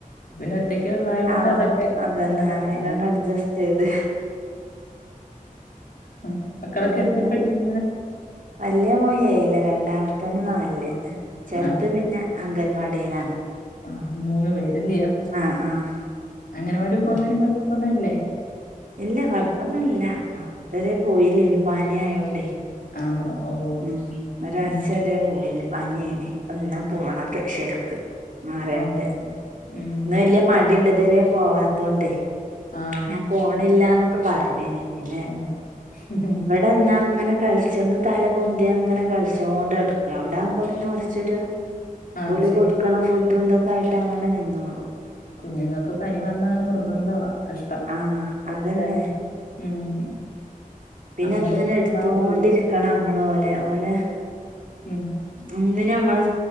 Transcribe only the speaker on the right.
ആ
അതന്നെ
അയിനോട് അഡ്ജസ്റ്റ് ചെയ്ത്
പിന്നെന്താ
വലിയ മോൻ ഏഴിലാ രണ്ടാമത്തൊൻ നാലില് ചെറുത്
പിന്നെ അംഗൻവാടിയിലാണ്
ആഹ് ആഹ്
ഉം
ഇല്ല കൊഴപ്പം ഒന്നുമില്ല ഇപ്പ ദേ പോയില്ലേനി പനി അയോണ്ടേ-
ഉം ഒരാഴ്ച
വരേ പോയില്ല പനിയായിൻ ഇന്നാ പോണത് ശരിക്ക്- മാറിയിട്ട്
ഇന്ന് വല്യ മടിയുണ്ട് ഇതുവരെ പോവാത്തോണ്ട്-
ഞാൻ പോണില്ലന്നൊക്കെ പറഞ്ഞിന് പിന്നെ
ഇവിടെ നിന്നാൽ അങ്ങനെ കളിച് ഒന്ന് തല പൊന്തി അങ്ങനെ കളിച്ചോണ്ട് ന ടുക്കും അവിടെ ആവൂമ്പോ കുറച്ചൊരു
ഓല്
കൊടുക്കണ ഫുഡും എന്തൊക്കെ ആയിട്ട് അങ്ങനെ നിന്നോള്ളു
ആഹ്
അതന്നെ
പിന്നെ
അങ്ങനെ എടുത്തോണ്ടിരിക്കണം
നമ്മൾ ഓലെ ഓലെ
ഒന്നിന്നും നമ്മളെ